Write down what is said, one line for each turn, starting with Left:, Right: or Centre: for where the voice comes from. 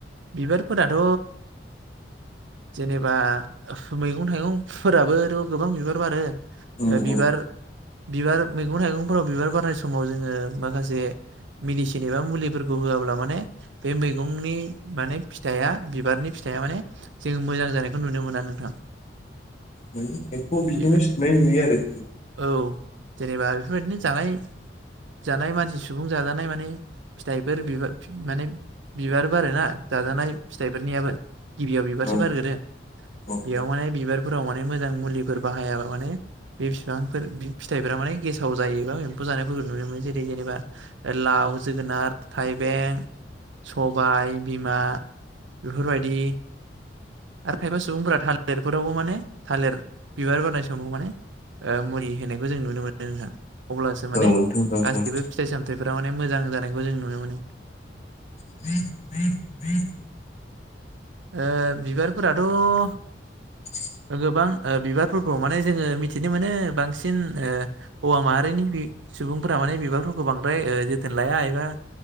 Right: बिबारफोराथ' जेनेबा मैगं थाइगंफोराबोथ' गोबां बिबार बारो।
Left: औ
Right: बिबार
Left: औ।
Right: बिबार मैगं थाइगंफोराव बिबार बारनाय समाव जोङो माखासे मिडिसिन एबा मुलिफोरखौ होआब्ला माने बे मैगंनि माने फिथाइया बिबारनि फि थाइया माने जों मोजां जानायखौ नुनो मोना नोंथां।
Left: औ एम्फौ बिदिनो
Right: बेफोर
Left: सुनाय नुयो आरो।
Right: औ जेनेबा बेफोरबायदिनो जानाय जानाय मानसि सुबुं जाजानाय माने फिथाइफोर बिबा माने बिबार बारोना जाजानाय फिथाइफोरनियाबो। गिबियाव बिबारसो
Left: औ
Right: बारगोरो।
Left: औ
Right: बेयाव माने बिबार फोराव माने मोजां मुलिफोर बाहायाबा माने बे फिफांफोर फि-फिथाइफोरा गेसाव बा एम जानायफोरखौ नुनो मोनो। जेरै जेनेबा लाव, जोगोनार, थाइबें, सबाय बिमा बेफोरबायदि आरो खायफा सुबुंफोरा थालेरफोरावबो माने थालेर बिबार बारनाय समाव माने ओ मुरि होनायखौ जों नुनो मोनो नोंथां। अब्लासो माने
Left: औ नोंथां औ
Right: गासिबो
Left: औ
Right: फिथाइ सामथायाइफोरा माने मोजां जानायखौ जों नुनो मोनो।
Left: <inaudible>
Right: ओ बिबारफोराथ'
Left: <inaudible>
Right: गोबां ओ बिबारफोरखौ माने जोङो मिथिनो मोनो बांसिन ओ हौवा माहारिनि बि सुबुंफोरा माने बिबारफोरखौ बांद्राय ओ जोथोन लाया एबा